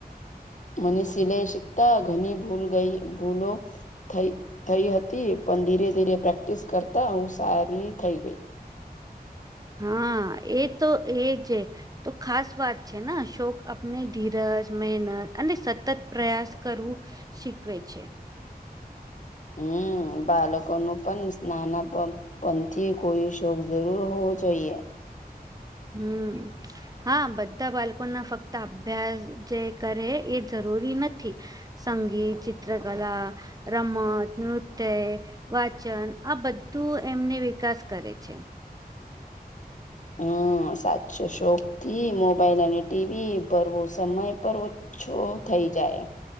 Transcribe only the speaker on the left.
મને સિલાઈ શીખતા ઘણી ભૂલ ગઈ ભૂલો થઈ થઈ હતી પણ ધીરે ધીરે પ્રેક્ટિસ કરતા હું સારી થઈ ગઈ
હમ બાળકોનું પણ નાના પણ પંથી કોઈ શોક જરૂર હોવ જોઈએ
હમ સાચો શોપ થી મોબાઈલ અને ટીવી ભરવો સમય પર છો થઈ જાય